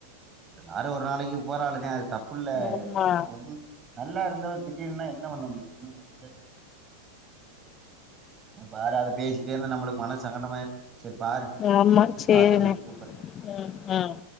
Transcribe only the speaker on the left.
ஆமா
ஆமா சேரினே
ம் ம்